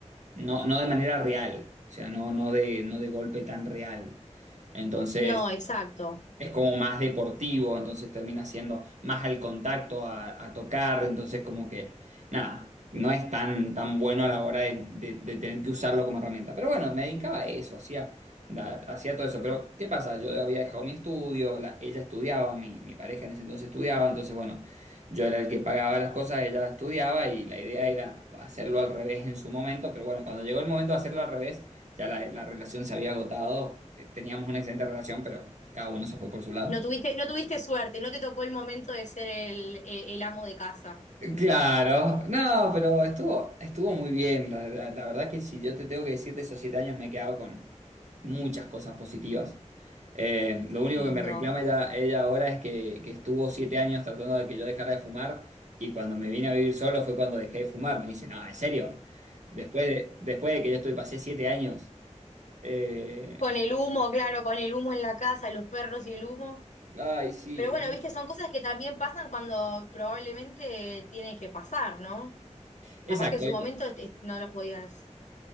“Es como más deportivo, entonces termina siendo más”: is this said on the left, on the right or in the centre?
Right